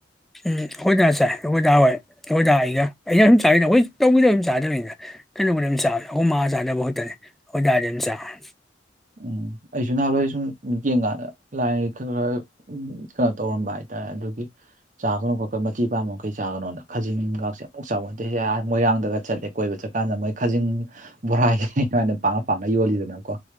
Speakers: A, in the centre; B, on the right.
A: ꯎꯝ ꯑꯩꯈꯣꯏꯗꯥ ꯁꯥꯏ ꯑꯩꯈꯣꯏꯗꯥ ꯍꯣꯏ ꯑꯩꯈꯣꯏꯗꯥ ꯑꯩꯒ ꯑꯩꯩꯅ ꯁꯨꯝ ꯆꯥꯗ ꯑꯩꯈꯣꯏ ꯇꯧꯕꯤꯗꯕ ꯁ ꯆꯥꯗꯕꯅꯤꯅ ꯀꯩꯅꯣꯕꯨꯗꯤ ꯑꯗꯨꯝ ꯆꯕꯅꯤ ꯑꯈꯣꯏ ꯃꯥꯥ ꯆꯥꯗꯕ ꯈꯠꯇꯅꯦ ꯈꯣꯏ ꯗꯥꯗꯤ ꯑꯝ ꯆꯕꯅꯤ
B: ꯎꯝ ꯑꯩꯁꯨ ꯅꯍꯥꯟꯋꯥꯏ ꯑꯩ ꯁꯨꯝ ꯌꯦꯡꯀꯥꯟꯗ ꯂꯥꯏ ꯈꯔ ꯈꯔ ꯎꯝ ꯀꯩꯅꯣ ꯇꯧꯔꯝꯕ ꯍꯥꯏꯇꯥꯔꯦ ꯑꯗꯨꯒꯤ ꯆꯥꯒꯅꯨ ꯈꯣꯠꯄ ꯃꯆꯤ ꯄꯥ ꯃꯈꯩ ꯆꯥꯒꯅꯨꯅ ꯈꯖꯤꯡꯒꯥꯛꯁꯦ ꯑꯃꯨꯛ ꯆꯥꯎꯕꯦ ꯃꯣꯏꯔꯥꯡꯗꯒ ꯆꯠꯂꯦ ꯀꯣꯏꯕ ꯆꯠꯀꯥꯟꯗ ꯃꯣꯏ ꯈꯥꯖꯤꯡ ꯕꯣꯔꯥꯅꯤꯥꯏꯅ ꯄꯥꯡꯉ ꯄꯥꯡꯉ ꯌꯣꯜꯂꯤꯗꯅꯀꯣ